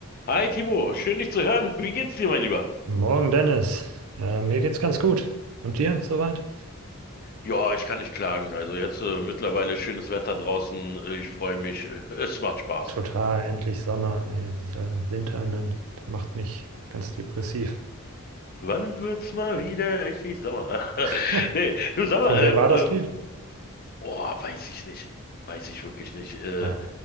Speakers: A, on the left; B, on the right.
A: Hi Timo, schön dich zu hören. Wie geht's dir, mein Lieber?
B: Morgen, Dennis. Äh, mir geht's ganz gut. Und dir soweit?
A: Ja, ich kann nicht klagen. Also jetzt äh, mittlerweile schönes Wetter draußen. Äh, Ich freue mich. <laughs> Äh, Es macht Spaß.
B: Total, endlich Sommer. Ey, dieser Winter, ne, der macht mich ganz depressiv.
A: Wann wird's mal wieder richtig sauer?
B: <laughs>
A: <laughs> Nee, du sag
B: Von
A: mal, äh,
B: wem war das
A: äh,
B: Lied?
A: oh, weiß ich nicht. Weiß ich wirklich nicht. Äh,
B: Naja,